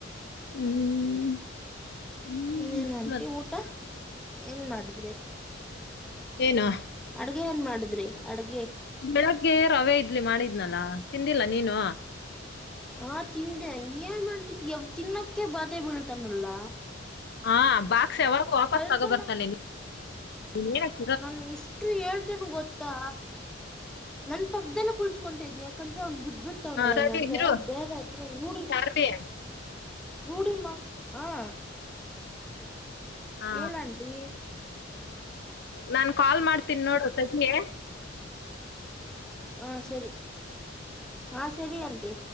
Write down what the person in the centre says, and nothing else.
ಇನ್ನೇನು ಆಂಟಿ
ಊಟ ಏನ್ ಮಾಡಿದ್ರಿ.
ಅಡ್ಗೆ ಏನ್ ಮಾಡಿದ್ರಿ ಅಡ್ಗೆ.
ಹಾ ತಿಂದೆ ಏನ ಆಂಟಿ ಯವ್ ತಿನ್ನಕ್ಕೆೆ ಬಾದೆ ಬೀಳ್ತಾನಲ್ಲಾ.
ಕಳ್ಸಲ್ಲ
ನಾನ್ ಈಸ್ಟ್. ಇಷ್ಟು ಹೇಳ್ತೇನ ಗೊತ್ತಾ ನನ್ ಪಕ್ಕದೆಲ್ಲ ಕುಳಸ್ಕೊಂತಿನಿ ಯಾಕಂದ್ರೆ ಅವ್ನು ಬಿಟ್ ಬಿಡ್ತಾವನಲ್ಲಾ
ಈ ನಡುವೆ
ಬೇರೆ ಹತ್ರ ರೂಡಿ
ರೂಡಿ ಮಾ ಹ್ಹಾ.
ಹೇಳ್ ಆಂಟಿ
ಹಾ ಸರಿ ಹಾ ಸರಿ ಅಂಟಿ.